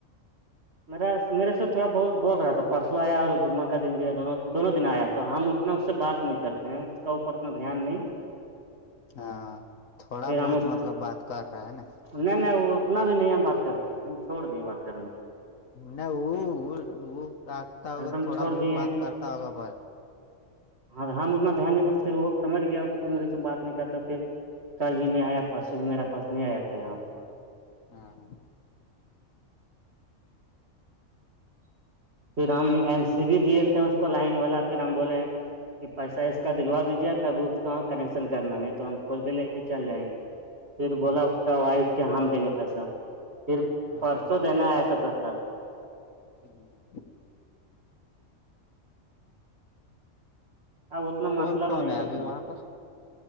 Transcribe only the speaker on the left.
ہاں تھوڑا
بہت
مطلب بات کر رہا ہے نا
نہیں وہ وہ آگتا ہوگا
تھوڑا
بہت
بات کرتا ہوگا بس
ہاں
ہ
ہاں
ہوں
کون کون
ہے ابھی
وہاں
پر